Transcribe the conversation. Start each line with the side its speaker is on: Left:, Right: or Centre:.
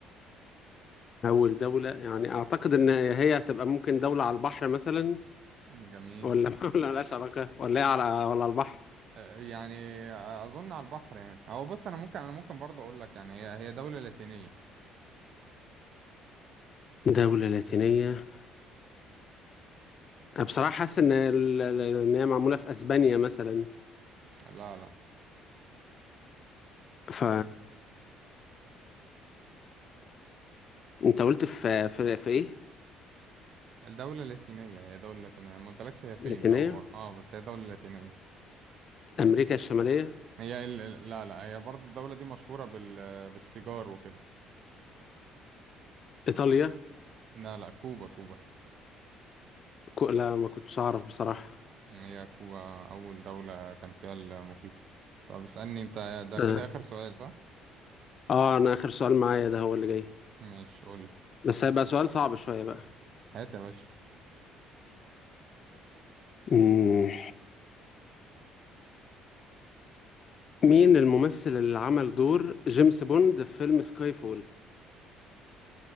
Left: اول دولة يعني اعتقد ان هي هتبقى ممكن دولة على البحر مثلا
Right: مم، جميل
Left: ولا <laughs> ولا ملهاش علاقة ولا هي على ولا على البحر
Right: آه، يعني أظن على البحر يعني هو بص أنا ممكن أنا ممكن برضه أقول لك يعني هي هي دولة لاتينية
Left: دولة لاتينية أنا بصراحة حاسس ان ال- ال- ان هي معمولة في اسبانيا مثلا
Right: لا لا
Left: ف انت قلت في في, في ايه
Right: الدولة اللاتينية هي دولة لاتينية ما قلتلكش هي فين
Left: لاتينية
Right: أو اه بس هي دولة لاتينية
Left: امريكا الشمالية
Right: هي ال... ال- لا لا هي برضه الدولة دي مشهورة بال... بالسيجار وكده
Left: ايطاليا
Right: لا لا كوبا كوبا
Left: كو- لا ما كنتش اعرف بصراحة
Right: هي كوبا أول دولة كان فيها المخيط طب اسألني أنت ده
Left: اه
Right: كده آخر سؤال صح؟
Left: اه انا اخر سؤال معايا ده هو اللي جاي
Right: ماشي قولي
Left: بس هيبقى سؤال صعب شوية بقى
Right: هات يا باشا
Left: مم. مين الممثل اللي عمل دور جيمس بوند في فيلم سكاي فول